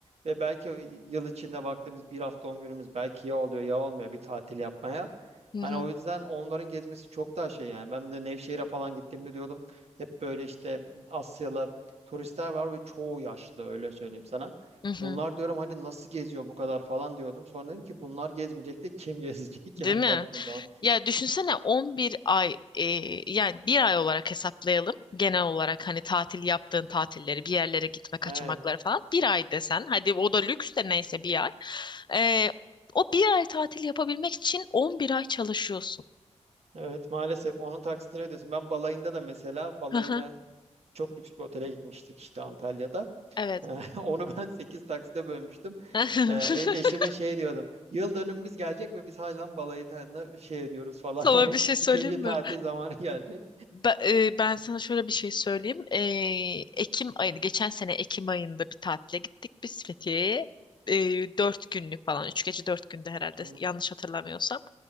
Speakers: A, on the right; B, on the left.
A: ve belki yıl içinde vaktimiz bir hafta on günümüz belki ya oluyor ya olmuyor bir tatil yapmaya.
B: Hı
A: Hani
B: hı.
A: o yüzden onların gezmesi çok daha şey yani. Ben de Nevşehir'e falan gittiğimde diyordum hep böyle işte Asyalı turistler var ve çoğu yaşlı öyle söyleyeyim sana.
B: Hı hı.
A: Bunlar diyorum hani nasıl geziyor bu kadar falan diyordum. Sonra dedim ki bunlar gezmeyecek de kim gezecek <laughs> yani
B: Değil mi?
A: baktığın zaman.
B: Ya düşünsene 11 ay e, yani bir ay olarak hesaplayalım. Genel olarak hani tatil yaptığın tatilleri, bir yerlere gitme kaçamakları
A: Evet.
B: falan bir ay desen. Hadi o da lüks de neyse bir ay. E, o bir ay tatil yapabilmek için 11 ay çalışıyorsun.
A: Evet maalesef onun taksitini ödüyorsun. Ben balayında da mesela balayına
B: Hı hı.
A: çok lüks bir otele gitmiştik işte Antalya'da.
B: Evet.
A: <laughs> Onu ben 8 taksite bölmüştüm.
B: <laughs>
A: Ee, e- eşime şey diyordum. Yıl dönümümüz gelecek ve biz hala balayı tadında şey ediyoruz falan
B: Sana
A: <laughs> hani
B: bir şey söyleyeyim
A: ikinci tatil
B: mi?
A: zamanı gelecek.
B: Ba- e, Ben sana şöyle bir şey söyleyeyim. Ee, Ekim ayıydı. Geçen sene Ekim ayında bir tatile gittik biz Fethiye'ye. Ee, dört günlük falan. Üç gece dört günde herhalde
A: Hı.
B: yanlış hatırlamıyorsam.